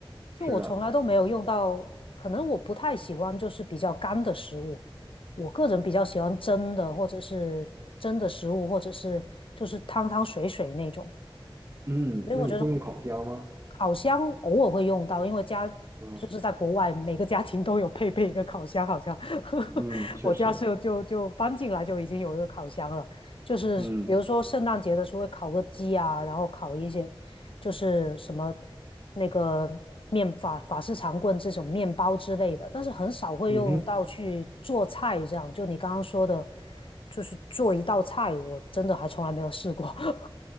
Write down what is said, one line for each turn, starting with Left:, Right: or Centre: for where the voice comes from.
Left: 就我从来都没有用到，
Right: 是啊，
Left: 可能我不太喜欢就是比较干的食物，我个人比较喜欢蒸的或者是蒸的食物，或者是就是汤汤水水那种，
Right: 嗯，
Left: 所以我觉得
Right: 那你会用烤箱吗？
Left: 烤箱偶尔会用到，因为家就是在国外，
Right: 嗯
Left: 每个家庭都有配备一个烤箱，好像 <laughs>
Right: 嗯，确实，
Left: 我家是就就搬进来就已经有一个烤箱了。就是比如说圣诞节的时候会烤个鸡啊，
Right: 嗯
Left: 然后烤一些就是什么那个面法法式长棍这种面包之类的，但是很少会用到去做菜这样。
Right: 嗯哼，
Left: 就你刚刚说的，就是做一道菜，我真的还从来没有试过。<laughs>